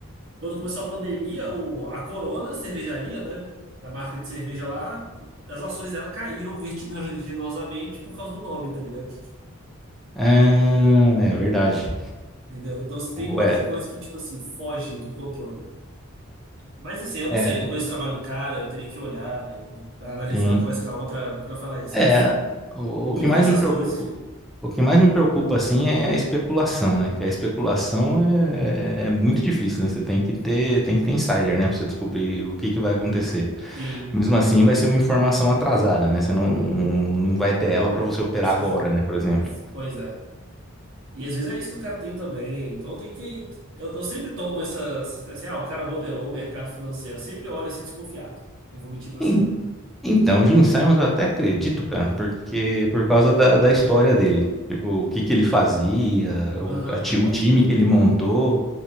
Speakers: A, on the right; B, in the centre.
A: Quando começou a pandemia, o, a Corona, a cervejaria, né? A marca de cerveja lá, as ações dela caíram vertiginosamente por causa do nome, tá ligado?
B: Ah, é verdade.
A: Entendeu? Então, assim, tem um monte
B: Ué,
A: de coisa que, tipo assim, foge do controle. Mas, assim, eu não
B: é,
A: sei, eu não conheço o trabalho do cara, eu teria que olhar e analisar
B: bem,
A: com mais calma pra, pra falar isso.
B: é,
A: Mas
B: o,
A: Muitas
B: o que mais me
A: dessas
B: preocupa,
A: coisas,
B: o que mais me preocupa, assim, é a especulação, né? Que a especulação é, é muito difícil, né? Você tem que ter, tem que ter insider, né? Pra você descobrir o que que vai acontecer.
A: sim.
B: Mesmo assim, vai ser uma informação atrasada, né? Você não, não vai ter ela para você operar
A: Essas,
B: agora, né? Por exemplo.
A: pois é. E às vezes é isso que o cara tem também. Então tem que. Eu, eu sempre tomo essas. Assim, ah, o cara modelou o mercado financeiro. Eu sempre olho assim desconfiado. Não vou mentir pra
B: O-
A: você, não.
B: Então, Gene Simons eu até acredito, cara, porque por causa da, da história dele. Tipo, o que que ele fazia,
A: Aham,
B: o, a ti-
A: bota
B: o time
A: para.
B: que
A: <laughs>
B: ele montou,